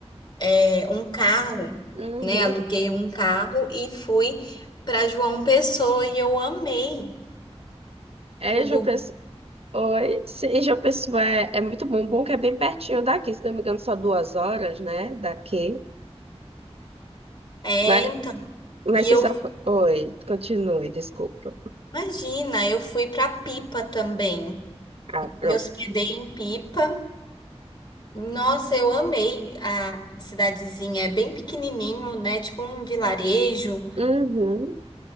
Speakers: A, on the left (about 45°); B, on the right (about 60°).
A: é, um carro,
B: Uhum.
A: né? Aluguei um carro e fui para João Pessoa e eu amei
B: É,
A: o lugar.
B: Ju, Oi, sim, João Pessoa é, é muito bom. Bom que é bem pertinho daqui, se não me engano, só duas horas, né? Daqui.
A: É,
B: Mas,
A: então.
B: mas
A: E
B: você
A: eu,
B: só. foi- Oi, continue, desculpa.
A: imagina, eu fui para Pipa também.
B: Ah, pronto.
A: Me hospedei em Pipa. Nossa, eu amei a a cidadezinha. É bem pequenininho, né? Tipo um vilarejo.
B: Uhum.